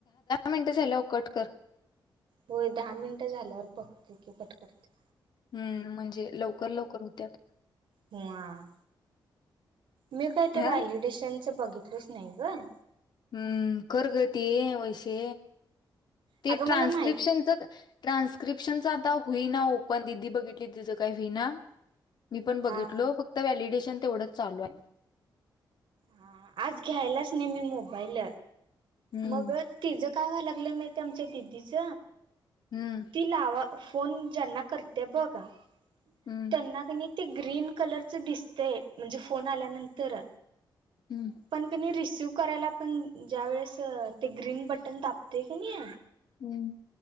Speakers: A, on the left; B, on the right.
A: मिनटं झाल्यावर कट कर.
B: होय दहा मिनिटं झाल्यावर बघते कि कट करते.
A: हम्म म्हणजे लवकर लवकर हुत्यात.
B: वा मी काय ते
A: हा
B: व्हॅलिडेशनच बघितलंच नाइ गं.
A: हम्म कर गं ते वैशे ते
B: अगं
A: ट्रान्सस्क्रीप्शनच
B: मला माहित
A: ट्रान्स्क्रिप्शनच आता होई ना ओपन दिदी बघितली तिचं काय व्हिना. मी पण बघितलो
B: हा
A: फक्त व्हॅलिडेशन तेवढंच चालूय.
B: हा आज घ्यायलाच नाइ मी मोबाईल
A: हम्म
B: मग तिचं काय व्हाय लागलंय माहितीय आमच्या दिदीच
A: हम्म.
B: ती लावा फोन ज्यांना करत्या बघ त्यांना
A: हम्म
B: कनी ते ग्रीन कलरच दिसतय म्हणजे फोन आल्यानंतर
A: हम्म.
B: पण कनी रिसिव करायला पण ज्या वेळेस ते ग्रीन बटन दाबतोय कनी
A: हम्म.